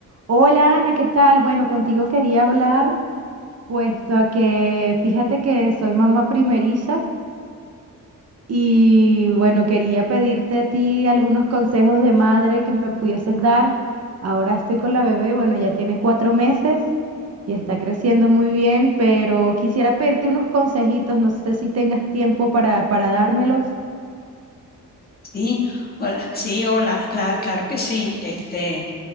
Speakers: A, on the right (about 50°); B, on the left (about 30°).
A: Hola Ana, ¿qué tal? Bueno, contigo quería hablar, puesto a que fíjate que soy mamá primeriza y bueno, quería pedirte a ti algunos consejos de madre que me pudieses dar. Ahora estoy con la bebé, bueno, ya tiene cuatro meses y está creciendo muy bien, pero quisiera pedirte unos consejitos, no sé si tengas tiempo para, para dármelos.
B: Sí, hola, sí, hola, cla- claro que sí. Este,